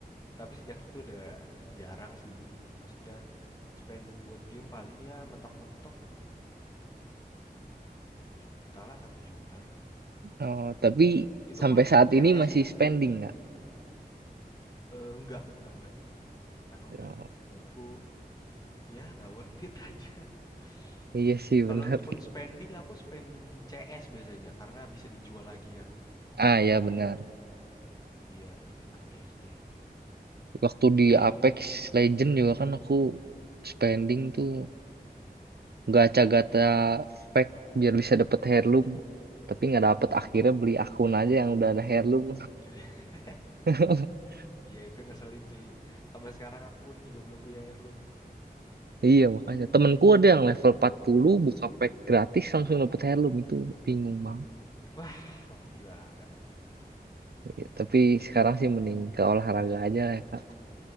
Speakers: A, on the left; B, on the right.
A: tapi sejak itu udah jarang sih. Maksudnya spending buat game paling ya mentok-mentok 2 juta lah, satu juta.
B: Oh, tapi
A: Itu
B: sampai
A: pun di
B: saat
A: CS
B: ini masih
A: ya.
B: spending nggak?
A: Eh, enggak, udah enggak. Karena udah
B: Oh,
A: menurutku ya nggak worth it aja.
B: iya
A: <laughs>
B: sih
A: Kalaupun
B: benar.
A: spending aku spending di CS biasanya karena bisa dijual lagi kan.
B: Ah ya benar.
A: Iya, itu enaknya sih.
B: Waktu di
A: Eh,
B: Apex Legend juga kan aku spending tuh gacha-gacha pack biar bisa dapet heirloom. Tapi nggak dapet akhirnya beli akun aja yang udah ada heirloom.
A: <laughs>
B: <laughs>
A: iya itu ngeselin sih. Sampai sekarang aku pun juga belum punya heirloom.
B: Iya makanya temenku ada yang level 40 buka pack gratis langsung dapet heirloom itu bingung banget.
A: Wah, oke banget, oke banget.
B: Iya, tapi sekarang sih mending ke olahraga aja lah ya, Kak.